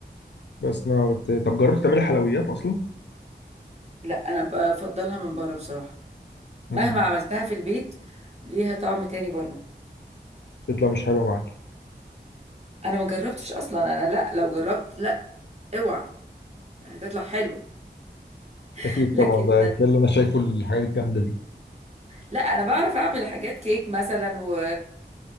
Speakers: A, on the left; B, on the right.
A: بس ما بت... طب جربت تعملي حلويات اصلا
B: لا انا بفضلها من بره بصراحة
A: امم
B: مهما عملتها في البيت ليها طعم تاني بره
A: تطلع مش حلوه معاك
B: انا ما جربتش اصلا انا لا لو جربت لا اوعى هتطلع حلوه <laughs>
A: اكيد
B: لكن
A: طبعا ده كل اللي انا شايفه الحاجات الجامده دي
B: لا انا بعرف اعمل حاجات كيك مثلا و